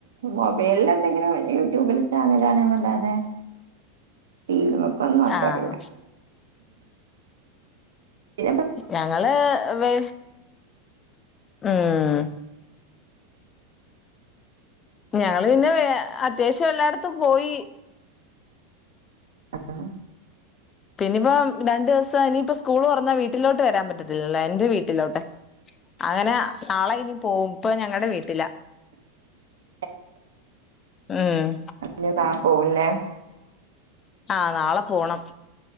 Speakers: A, on the right; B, on the left.
A: മൊബൈലിൽ എന്തെങ്കിലും യൂട്യൂബില് ചാനലാണ് നല്ലാതെ <unintelligible> ഒന്ന നക്കാറില്ല
B: ആഹ്
A: പിനെ
B: ഞങ്ങള് വെ ഉം ഞങ്ങള് പിന്നെ വേ അത്യാവശ്യം എല്ലായിടത്തും പോയി
A: പുറത്ത്
B: പിന്നയിപ്പം രണ്ടു ദിവസം ഇനിയിപ്പപ്പോ സ്കൂള് തൊറന്നാ വീട്ടിലോട്ട് വരാൻ പറ്റത്തില്ലല്ലോ എന്റെ വീട്ടിലോട്ട് അങ്ങനെ നാളെ ഇനി പോകും ഇപ്പ ഞങ്ങളടെ വീട്ടില
A: <inaudible>
B: ഏഹ്
A: ഞ താ പോവല്ലേ
B: ആഹ് നാളെ പോണം